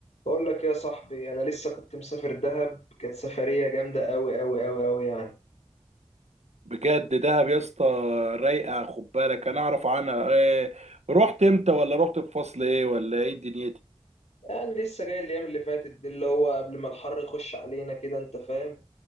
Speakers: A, on the left; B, on the right.
A: بقول لك يا صاحبي انا لسه كنت مسافر دهب كانت سفريه جامده قوي قوي قوي قوي يعني
B: بجد دهب يا اسطى رايقه خد بالك انا اعرف عنها إيه رحت امتى ولا رحت في فصل ايه ولا ايه دنيتي
A: يعني لسه جاي الايام اللي فاتت دي اللي هو قبل ما الحر يخش علينا كده انت فاهم